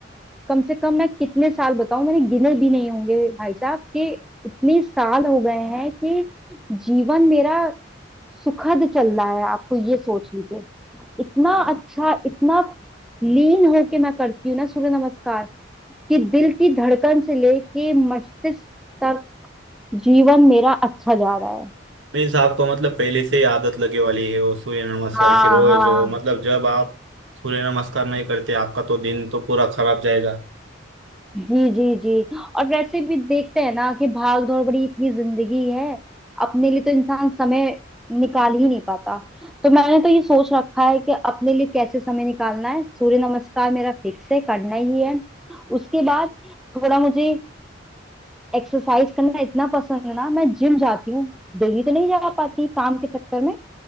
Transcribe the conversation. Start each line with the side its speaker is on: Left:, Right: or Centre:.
Centre: कम से कम मैं कितने साल बताऊं मैंने गिने भी नहीं होंगे भाई साहब कि इतने साल हो गए हैं कि जीवन मेरा सुखद चल रहा है आपको ये सोच लीजिए इतना अच्छा इतना लीन होके मैं करती हूँ ना सूर्य नमस्कार कि दिल की धड़कन से लेके मस्तिष्क तक जीवन मेरा अच्छा जा रहा है
Right: मीन्स आपको मतलब पहले से ही आदत लगे वाली है वो सूर्य नमस्कार
Centre: हाँ
Right: की रोज
Centre: हाँ
Right: हो मतलब जब आप सूर्य नमस्कार नहीं करते आपका तो दिन तो पूरा खराब जाएगा
Centre: जी जी जी और वैसे भी देखते हैं ना कि भाग दौड़ बड़ी इतनी जिंदगी है अपने लिए तो इंसान समय निकाल ही नहीं पाता तो मैंने तो ये सोच रखा है कि अपने लिए कैसे समय निकालना है सूर्य नमस्कार मेरा फिक्स है करना ही है उसके बाद थोड़ा मुझे एक्सरसाइज करना इतना पसंद है ना मैं जिम जाती हूँ डेली तो नहीं जा पाती काम के चक्कर में